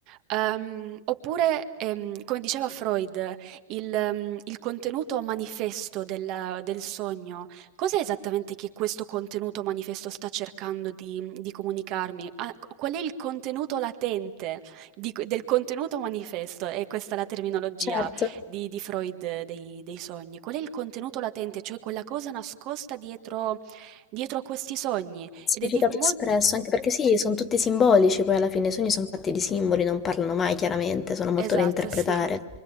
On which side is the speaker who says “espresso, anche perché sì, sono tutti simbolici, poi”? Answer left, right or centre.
Left